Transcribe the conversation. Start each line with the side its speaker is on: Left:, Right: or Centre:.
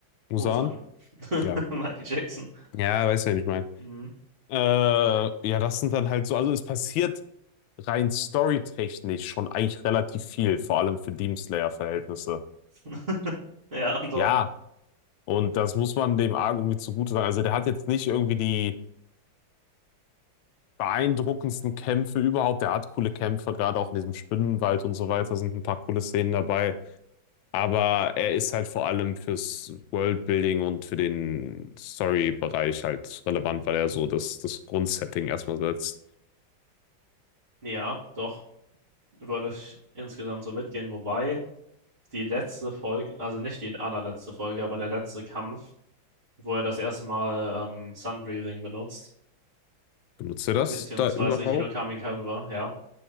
Left: Musan?
Right: Musan. <laughs>
Left: Ja.
Right: Michael Jackson.
Left: Ja, weißt du, wen ich meine.
Right: Mhm.
Left: Äh, ja, das sind dann halt so, also es passiert rein storytechnisch schon eigentlich relativ viel, vor allem für Demon Slayer-Verhältnisse.
Right: <laughs> Ja, doch.
Left: Ja, und das muss man dem Arc irgendwie zugute sagen. Also der hat jetzt nicht irgendwie die beeindruckendsten Kämpfe überhaupt. Der hat coole Kämpfe, gerade auch in diesem Spinnenwald und so weiter sind ein paar coole Szenen dabei. Aber er ist halt vor allem fürs Worldbuilding und für den Story-Bereich halt relevant, weil er so das, das Grundsetting erstmal setzt.
Right: Ja, doch. Würde ich insgesamt so mitgehen. Wobei die letzte Folge, also nicht die allerletzte Folge, aber der letzte Kampf, wo er das erste Mal ähm, Sun Breathing benutzt,
Left: Benutzt er das
Right: beziehungsweise
Left: da überhaupt?
Right: Hinokami Kagura, ja,